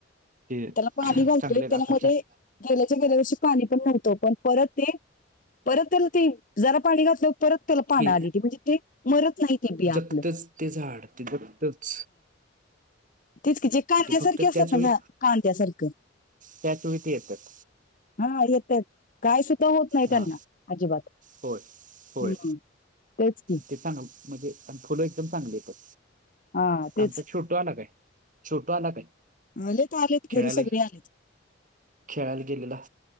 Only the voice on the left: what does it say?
त्याला पाणी घालतोय
त्याला
मध्ये
गेल्याच्या गेल्या वर्षी पाणी पण नव्हतं पण परत ते परत त्याला ते जरा पाणी घातलं परत तेल पाना
आली ती म्हणजे ते मरत नाही ते बियातलं.
तिचकी जे कांद्यासारखे
असतात
जा कांद्या सारखं.
हा येतय. काय सुद्धा होत नाही
त्यांना अजिबात
हम्म. तेच की
हा तेच
आलेत आलेत
घरी सगळे आलेत